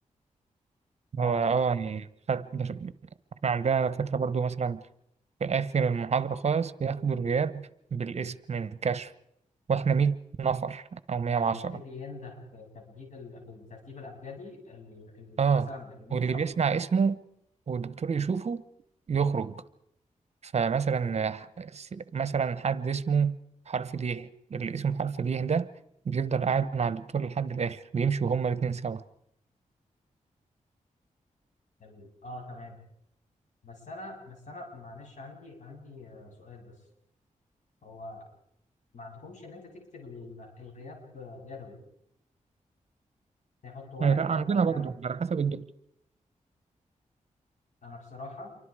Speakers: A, on the left; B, on the right.
A: ف
B: هو اه يعني خد- بش- احنا عندنا دكاترة برضو مثلا في آخر المحاضرة خالص بياخدوا الغياب بالاسم من الكشف واحنا 100 نفر او 110
A: يعني بيبتدي ينده بتبجيل ال- بالترتيب الابجدي ال- ال-
B: اه
A: مثلا ال 100
B: واللي
A: شخص
B: بيسمع اسمه والدكتور يشوفه يخرج فمثلا ح- س- مثلا حد اسمه حرف ليه اللي اسمه حرف ليه ده بيفضل قاعد مع الدكتور لحد الاخر بيمشوا هما الاتنين سوا
A: ال- اه تمام بس انا بس انا معلش عندي عندي آه، سؤال بس هو ما عندكمش ان انت تكتب ال- الغياب آه، يدوي تحط ورقه
B: آه، لا
A: كده
B: عندنا
A: وتعدي
B: برضو
A: عليه
B: على حسب الدكتور
A: انا بصراحه